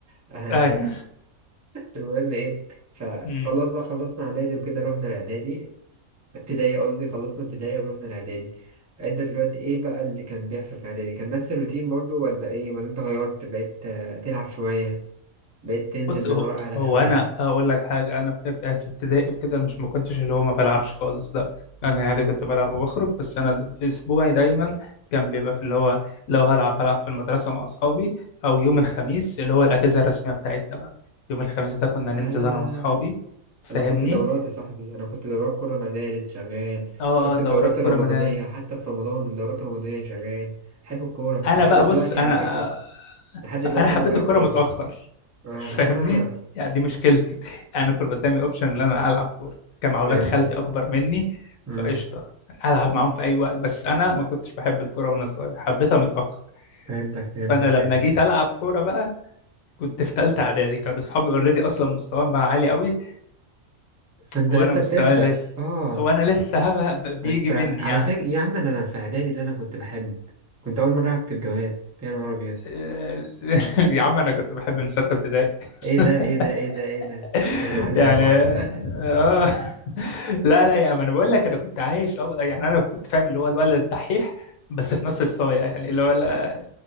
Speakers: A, on the right; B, on the left.
A: <laughs>
B: ايوه
A: المهم إيه فخلاص
B: امم
A: بقى خلصنا إعدادي وكده رحنا الإعدادي ابتدائي قصدي خلصنا ابتدائي ورحنا الاعدادي انت دلوقتي ايه بقى اللي كان بيحصل في اعدادي كان نفس الروتين برضو ولا ايه ولا انت غيرت بقيت آه، تلعب شوية بقيت تنزل
B: بص
A: من
B: هو,
A: ورا اهلك
B: هو
A: شوية
B: انا اقول لك حاجه انا في اب- في ابتدائي وكده مش ما كنتش اللي هو ما بلعبش خالص لا
A: مم.
B: انا عادي كنت بلعب وبخرج بس انا اسبوعي دايما كان بيبقى في اللي هو لو هلعب هلعب في المدرسه مع اصحابي او يوم الخميس اللي هو الاجازه الرسميه بتاعتنا بقى يوم الخميس ده كنا
A: لا
B: ننزل
A: لا
B: انا
A: لا
B: واصحابي
A: لا لا
B: فاهمني
A: انا كنت دورات يا صاحبي انا كنت دورات كرة مدارس شغال
B: اه
A: شفت
B: اه
A: الدورات
B: دورات
A: الرمضانية
B: كره مدى
A: حتى في رمضان الدورات الرمضانية شغال بحب الكورة
B: انا
A: لحد
B: بقى
A: دلوقتي
B: بص انا
A: على فكرة لحد دلوقتي
B: انا حبيت
A: انا بلعب
B: الكرة
A: كورة
B: متأخر
A: اها
B: فاهمني يعني دي مشكلتي انا كان قدامي اوبشن ان انا العب كورة كان مع ولاد
A: فهمتك
B: خالتي اكبر مني
A: مم.
B: فقشطة العب معاهم في اي وقت بس انا ما كنتش بحب الكورة وانا صغير حبيتها متأخر
A: فهمتك فهمتك
B: فانا لما
A: فهمتك
B: جيت العب كورة بقى كنت في تالتة اعدادي كانوا اصحابي اوريدي اصلا مستواهم بقى عالي قوي
A: فانت
B: وانا
A: لسه
B: مستواي
A: بتبدأ
B: لسه
A: اه
B: وانا لسه هبه بيجي
A: انت
B: مني
A: على
B: يعني
A: فكرة يا عم ده انا في اعدادي اللي انا كنت بحب كنت اول مرة اكتب جواب يا نهار ابيض
B: <laughs> يا عم انا كنت بحب من ستة ابتدائي
A: ايه
B: <laughs>
A: ده ايه ده ايه ده ايه ده
B: <laughs>
A: احنا بنعلي
B: يعني
A: على بعض بقى
B: اه لا لا يعني ما انا بقول لك انا كنت عايش اه يعني انا كنت فاهم اللي هو الولد الدحيح بس في نفس الصايع يعني اللي هو لا